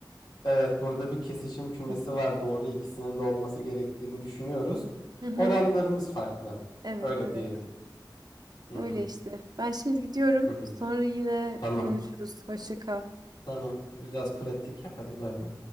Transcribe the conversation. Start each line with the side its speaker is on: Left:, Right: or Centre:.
Left: Evet, burada bir kesişim kümesi
Right: <laughs>
Left: var. Doğru ikisinin de olması gerektiğini düşünüyoruz.
Right: Hı hı.
Left: Oranlarımız farklı.
Right: Evet
Left: Öyle
Right: evet.
Left: diyelim. Hı
Right: Öyle
Left: hı,
Right: işte. Ben şimdi gidiyorum.
Left: hı hı.
Right: Sonra yine
Left: Tamam.
Right: konuşuruz. Hoşça kal.
Left: Tamam. Biraz pratik yap. Hadi bay bay.